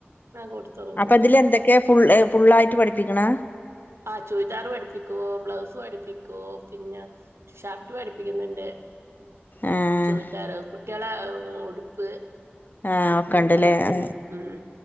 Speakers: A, on the right; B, on the left.
A: കൊടുത്തങ്ങ്
B: അപ്പൊ
A: പോക്ക്
B: ഇതില് എന്തൊക്കെയ ഫു ഫുള്ളായിട്ട് പഠിപ്പിക്കണ
A: ആ ചുരിദാർ പഠിപ്പിക്കുവോ ബ്ലൗസ് പഠപ്പിക്കുവോ പിന്നെ ഷർട്ട് പഠിപ്പിക്കുന്നുണ്ട്
B: ആഹ്
A: ചോദിച്ചാറ് കുട്ടികളെ ഉടുപ്പ്
B: ആഹ ഒക്കെ
A: എല്ലാം
B: ഉണ്ടല്ലേ
A: പഠിപ്പിക്കുന്നുണ്ട്
B: ആ
A: ഉം